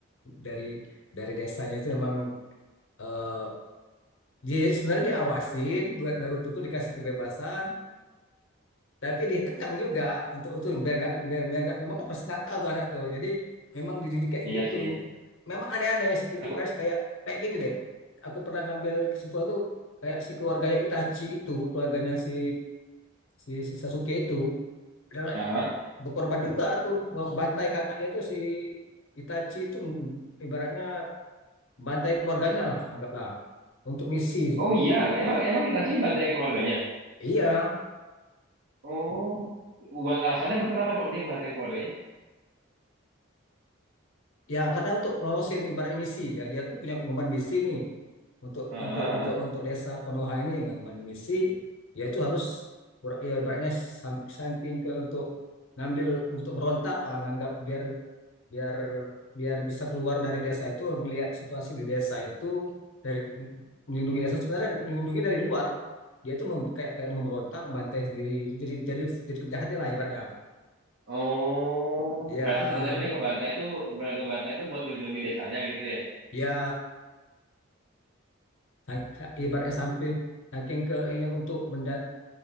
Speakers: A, on the left; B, on the right.
A: dari dari desanya itu memang eh, dia sebenarnya diawasin buat Naruto tuh dikasih kebebasan tapi dikekang juga untuk itu biar nggak biar biar nggak memang kan pasti nakal tuh anak tuh jadi memang dididik kayak
B: Iya
A: gitu
B: sih.
A: memang aneh-aneh itu
B: Aku,
A: baris kayak kayak gini deh aku pernah ngambil kesimpulan tuh kayak si keluarganya Itachi itu keluarganya si si, si Sasuke itu rela-
B: ah,
A: berkorban juga tuh bantai kakaknya itu si Itachi itu ibaratnya bantai keluarganya lah anggaplah untuk misi
B: oh iya, emang emang Itachi banteng keluarganya.
A: iya
B: Oh, buat alasannya emang kenapa kok dia ngebanteng keluarganya?
A: Ya, karena untuk ngelolosin ibarat misi, ya, dia kan punya pengemban misi nih untuk
B: Ah, ah,
A: untuk untuk
B: ah.
A: untuk desa Konoha ini pengemban misi, ya itu harus ber- ya, ibaratnya sam- saking ke untuk ngambil untuk berontak lah, nganggap biar biar biar bisa keluar dari desa itu, melihat situasi di desa itu dari melindungi desa sebenarnya melindungi dari luar, dia itu mem- kayak kayak memberontak, bantai sendiri, jadi jadi jadi penjahatnya lah ibaratnya.
B: Oh,
A: Ya,
B: berarti sebenarnya dia ngebantai itu ngebantai itu buat ngelindungi desanya gitu ya.
A: ya. Sang-
B: Hmm.
A: ibaratnya sambil saking ke ini untuk benda